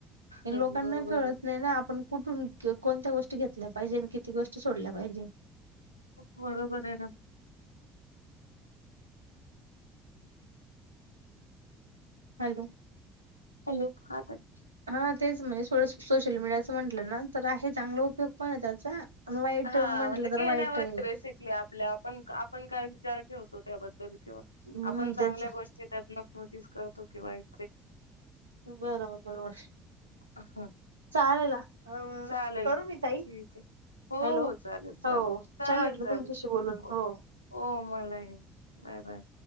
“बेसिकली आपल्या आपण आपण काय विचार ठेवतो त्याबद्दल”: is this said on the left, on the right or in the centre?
Left